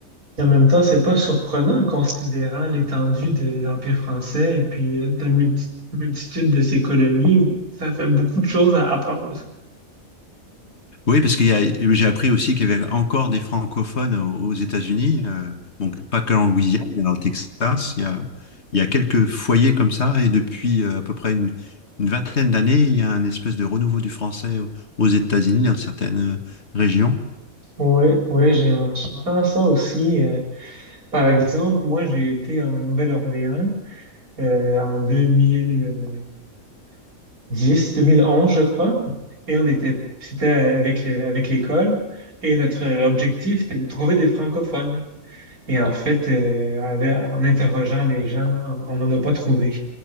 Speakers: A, on the right (about 80°); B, on the left (about 50°).
A: Et en même temps, c'est pas surprenant considérant l'étendue de l'Empire français et puis euh, de la multi- multitude de ses colonies. Ça fait beaucoup de choses à apprendre.
B: Oui, parce qu'il y a, j'ai appris aussi qu'il y avait encore des francophones aux aux États-Unis, euh, donc pas que en Louisiane, mais dans le Texas. Il y a, il y a quelques foyers comme ça, et depuis euh, à peu près une, une vingtaine d'années, il y a un espèce de renouveau du français au- aux États-Unis dans certaines euh, régions.
A: Oui, oui, j'ai- j'entends ça aussi. Par exemple, moi, j'ai été en Nouvelle-Orléans euh, en 2010, 2011, je crois. Et on était, c'était avec le- avec l'école. Et notre objectif, c'était de trouver des francophones. Et en fait, euh, avec- en interrogeant les gens, on n'en a pas trouvé.